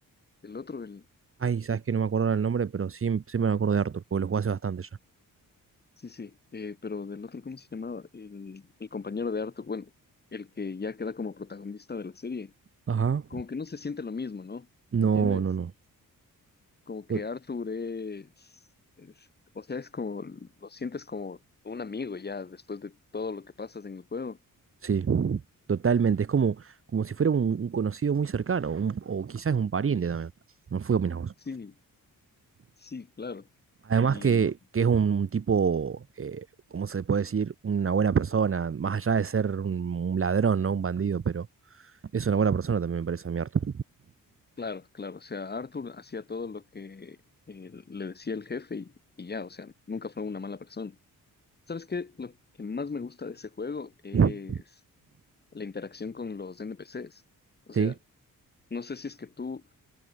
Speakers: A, on the left; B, on the right.
A: el otro? El,
B: Ay, sabes que no me acuerdo ahora el nombre, pero sí, sí me acuerdo de Arthur, porque lo jugué hace bastante ya.
A: sí, sí, eh, pero del otro, ¿cómo se llamaba? El, el compañero de Arthur, bueno, el que ya queda como protagonista de la serie,
B: Ajá.
A: como que no se siente lo mismo, ¿no?
B: No,
A: ¿Me entiendes?
B: no, no.
A: Como que
B: To-
A: Arthur es, es, o sea, es como, lo sientes como un amigo ya después de todo lo que pasas en el juego.
B: sí, totalmente. Es como, como si fuera un, un conocido muy cercano, un- o quizás un pariente también. No fui opinás vos.
A: Sí, Sí, claro.
B: Además
A: Y
B: que, que es un tipo, eh, ¿cómo se puede decir? Una buena persona, más allá de ser un, un ladrón, ¿no? Un bandido, pero es una buena persona también me parece a mí, Arthur.
A: claro, claro. O sea, Arthur hacía todo lo que eh, le decía el jefe y, y ya, o sea, nunca fue una mala persona. ¿Sabes qué? Lo que más me gusta de ese juego es
B: Ujú.
A: la interacción con los NPCs. O
B: Sí,
A: sea, no sé si es que tú